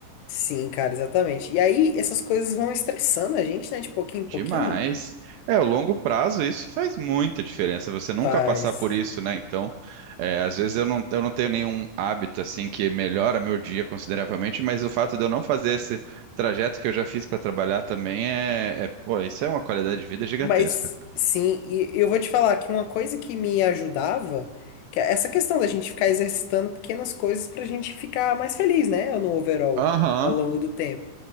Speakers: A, on the left; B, on the right.
A: Sim, cara, exatamente. E aí essas coisas vão estressando a gente, né, de pouquinho em
B: Demais.
A: pouquinho.
B: É, o longo prazo, isso faz muita diferença. Você nunca
A: Faz.
B: passar por isso, né? Então, é, às vezes eu não, eu não tenho nenhum hábito assim que melhora meu dia consideravelmente, mas o fato de eu não fazer esse trajeto que eu já fiz para trabalhar também é, é- pô, isso é uma qualidade de vida gigantesca.
A: Mas sim, e eu vou te falar que uma coisa que me ajudava, que é essa questão da gente ficar exercitando pequenas coisas pra gente ficar mais feliz, né, no overall,
B: Aham.
A: ao longo do tempo.